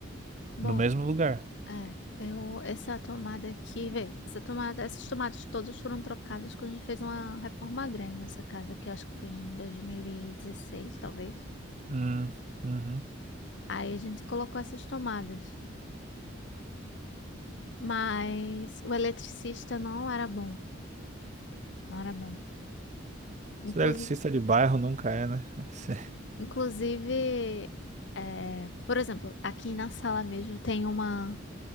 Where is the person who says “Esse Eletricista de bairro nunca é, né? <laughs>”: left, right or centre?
Right